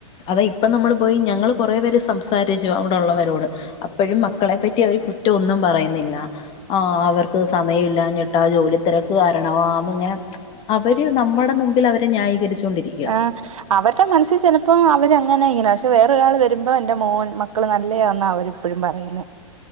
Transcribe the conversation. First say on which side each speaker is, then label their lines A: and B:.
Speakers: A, on the left (about 30°); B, on the right (about 75°).
A: അതാ ഇപ്പം നമ്മള് പോയി ഞങ്ങള് കൊറെ പേര് സംസാരിച്ചു അവിടെള്ളവരോട് അപ്പോഴും മക്കളെ പറ്റി അവർ കുറ്റം ഒന്നും പറയുന്നില്ല ആ അവർക്ക് സമയമില്ലാഞ്ഞി ട്ടാ ജോലി തിരക്ക് കാരണമാ ഇങ്ങനെ അവര് നമ്മടെ മുമ്പിൽ അവരെ ന്യായീകരിച്ചൊണ്ടിരിക്കുക
B: ആഹ് അവരുടെ മനസ്സിൽ ചിലപ്പോ അവരങ്ങനെ ഇങ്ങനെ പക്ഷെ വേറൊരാൾ വരുമ്പോ എൻ്റെ മോൻ മക്കള് നല്ലയാന്നാ അവരിപ്പോഴും പറയുന്നെ